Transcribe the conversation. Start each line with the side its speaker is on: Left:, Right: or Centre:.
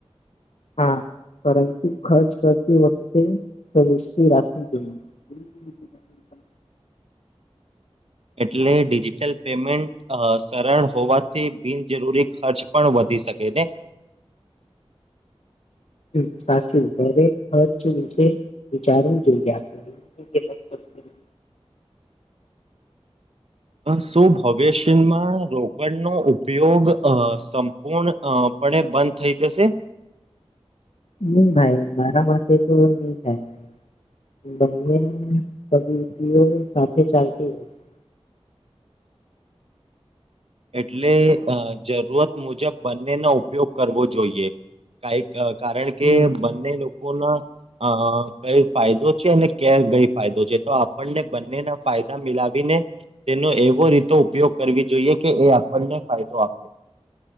Left: હા પરંતુ ખર્ચ કરતી વખતે રાખવી જોઈએ, <inaudible>
Right: એટલે ડિજિટલ પેમેન્ટ સરળ હોવાથી બિનજરૂરી ખર્ચ પણ વધ શકે ને,
Left: <inaudible> સાચું દરેક ખર્ચ વિશે વિચારવું જોઈએ, આપણે <inaudible>
Right: શું ભવિષ્યમાં રોકડનોો ઉપયોગ અ સંપૂર્ણ પણ એ બંધ થઈ જશે?
Left: હમ્મ ભાઈ મારા પાસે તો નહી, થાય ભ બંને પ્રવતિઓ સાથે ચાલતી હોય છે,
Right: એટલે જરૂરત મુજબ બંનેનો ઉપયોગ કરવો જોઈએ, કઈક કારણ કે
Left: હમ
Right: બંને લોકો ના કઈ ફાયદો છે, અને ક કઈ ફાયદો છે તો આપણને બંનેના ફાયદા મિલાવીને તેનો એવો રીતે ઉપયોગ કરવી જોઈએ, કે એ આપણને ફાયદો આપે.